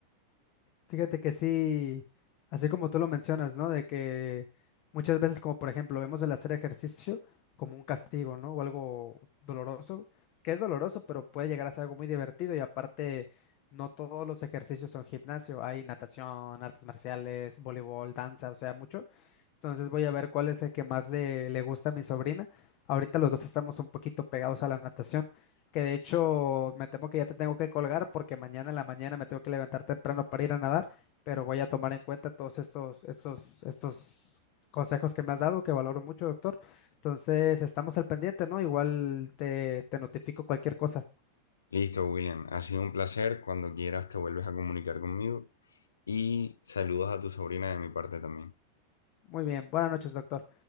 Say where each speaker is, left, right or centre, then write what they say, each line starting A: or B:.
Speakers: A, on the left; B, on the left.
A: Fíjate que sí, así como tú lo mencionas, ¿no? De que muchas veces, como por ejemplo, vemos el hacer ejercicio como un castigo, ¿no? O algo doloroso, que es doloroso, pero puede llegar a ser algo muy divertido y aparte, no todos los ejercicios son gimnasio, hay natación, artes marciales, voleibol, danza, o sea, mucho. Entonces voy a ver cuál es el que más le, le gusta a mi sobrina. Ahorita los dos estamos un poquito pegados a la natación, que de hecho me temo que ya te tengo que colgar porque mañana en la mañana me tengo que levantar temprano para ir a nadar, pero voy a tomar en cuenta todos estos, estos, estos consejos que me has dado, que valoro mucho, doctor. Entonces estamos al pendiente, ¿no? Igual te, te notifico cualquier cosa.
B: Listo, William, ha sido un placer. Cuando quieras te vuelves a comunicar conmigo y saludos a tu sobrina de mi parte también.
A: Muy bien, buenas noches, doctor.